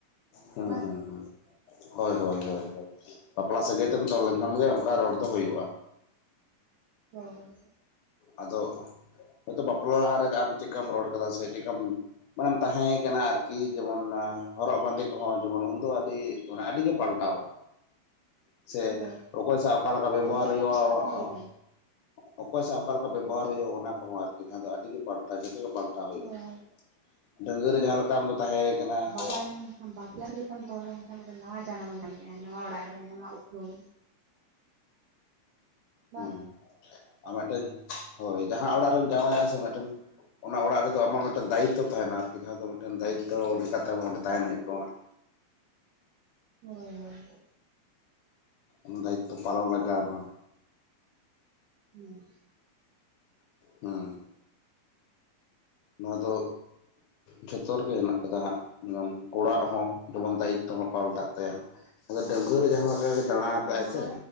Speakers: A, on the left; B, on the right.
A: ᱦᱟᱺ
B: ᱵᱟᱝᱥᱮ
A: ᱦᱟᱺ ᱦᱟᱺ ᱦᱳᱭ ᱦᱳᱭ ᱦᱳᱭ ᱦᱳᱭ ᱵᱟᱯᱞᱟ ᱥᱟᱹᱜᱟᱹᱭ ᱛᱮᱢ ᱛᱚᱞ ᱞᱮᱱᱠᱷᱟᱱ ᱜᱮ ᱚᱱᱠᱟ ᱨᱚᱲ ᱫᱚ ᱦᱩᱭᱩᱜᱼᱟ
B: ᱦᱮ <unintelligible>
A: ᱟᱫᱚ ᱦᱳᱭᱛᱳ ᱵᱟᱯᱞᱟ ᱞᱟᱦᱟᱨᱮ ᱟᱢ ᱪᱮᱫᱠᱟᱢ ᱨᱚᱲ ᱟᱠᱟᱫᱟ ᱥᱮ ᱪᱮᱠᱟᱢ ᱢᱟᱱᱮᱢ ᱛᱟᱦᱮᱸ ᱠᱟᱱᱟ ᱟᱨᱠᱤ ᱡᱮᱢᱚᱱ ᱦᱚᱨᱚᱜ ᱵᱟᱸᱫᱮ ᱠᱚᱦᱚᱸ ᱡᱮᱢᱚᱱ ᱩᱱᱫᱚ ᱟᱹᱰᱤ ᱟᱹᱰᱤᱜᱮ ᱯᱟᱞᱴᱟᱣ ᱥᱮ
B: ᱦᱳᱭ
A: ᱚᱠᱚᱭ ᱥᱟᱶ ᱚᱠᱟᱮᱠᱟ ᱵᱮᱵᱚᱦᱟᱨ
B: ᱞᱟᱹᱭ
A: ᱦᱩᱭᱩᱜᱼᱟ
B: ᱟᱠᱚ ᱛᱚ ᱠᱟᱛᱷᱟ ᱨᱮᱜᱮ
A: ᱚᱠᱚᱭ ᱥᱟᱶ ᱚᱠᱟ ᱞᱮᱠᱟ ᱵᱮᱵᱚᱦᱟᱨ ᱦᱩᱭᱩᱜᱼᱟ ᱚᱱᱟ ᱠᱚᱦᱚᱸ ᱟᱨᱠᱤ ᱡᱟᱦᱟᱸ ᱫᱚ ᱟᱹᱰᱤᱜᱮ ᱯᱟᱞᱴᱟᱜᱼᱟ ᱡᱚᱛᱚ ᱜᱮ ᱯᱟᱞᱴᱟᱣ <unintelligible>
B: ᱦᱳᱭ ᱦᱳᱭ
A: ᱰᱟᱺᱜᱩᱣᱟᱹ ᱨᱮ ᱡᱟᱸᱦᱟ ᱞᱮᱠᱟᱢ ᱟᱢ ᱫᱚᱢ ᱛᱟᱦᱮᱸ ᱟᱠᱟᱱᱟ
B: ᱠᱟᱨᱚᱱ ᱵᱟᱯᱞᱟ ᱛᱚᱞ ᱞᱮᱱᱠᱷᱟᱱ ᱱᱟᱣᱟ ᱡᱟᱱᱟᱢᱮᱢ‌ ᱧᱟᱢᱮᱜᱼᱟ ᱱᱟᱣᱟ ᱚᱲᱟᱜ ᱨᱮ ᱱᱟᱣᱟ ᱩᱯᱨᱩᱢ ᱵᱟᱝ
A: ᱦᱩᱸ
B: ᱥᱮ
A: ᱟᱨ ᱢᱤᱫᱴᱮᱱ ᱦᱳᱭ ᱡᱟᱦᱟᱸ ᱚᱲᱟᱜ ᱨᱮᱢ ᱡᱟᱶᱟᱭ ᱚᱜ ᱟᱥᱮ ᱢᱤᱫᱴᱮᱱ ᱚᱱᱟ ᱚᱲᱟᱜ ᱨᱮᱫᱚ ᱟᱢᱟᱜ ᱢᱤᱫᱴᱮᱱ ᱫᱟᱭᱤᱛᱛᱚ ᱛᱟᱦᱮᱱᱟ ᱟᱨᱠᱤ ᱡᱟᱦᱟᱸ ᱫᱚ ᱢᱤᱫᱴᱮᱱ ᱫᱟᱭᱤᱛᱛᱚ ᱞᱮᱠᱟᱛᱮ ᱟᱢ ᱚᱸᱰᱮ ᱛᱟᱦᱮᱱ ᱦᱩᱭᱩᱜ ᱛᱟᱢᱟ
B: ᱦᱮ <unintelligible>
A: ᱚᱱᱟ ᱫᱟᱭᱤᱛᱛᱚ ᱯᱟᱞᱚᱱ ᱞᱟᱜᱟᱣᱟᱢᱟ
B: ᱦᱮᱸ <unintelligible>
A: ᱦᱮᱸ ᱱᱚᱣᱟ ᱫᱚ ᱡᱷᱚᱛᱚ ᱨᱮᱜᱮ ᱦᱮᱱᱟᱜ ᱠᱟᱫᱟ ᱦᱟᱸᱜ ᱠᱚᱲᱟ ᱟᱜ ᱦᱚᱸ ᱡᱮᱢᱚᱱ ᱫᱟᱭᱤᱛᱛᱚ ᱦᱚᱸ ᱯᱟᱞᱴᱟᱜ ᱛᱟᱭᱟ ᱟᱫᱚ ᱰᱟᱺᱜᱣᱟᱹ ᱨᱮ ᱡᱟᱦᱟᱸ ᱞᱮᱠᱟᱜᱮ ᱫᱟᱬᱟ
B: ᱦᱳᱭ
A: ᱟᱠᱟᱜ
B: ᱵᱟᱱᱟ
A: ᱟᱭ ᱥᱮ
B: ᱦᱚᱲ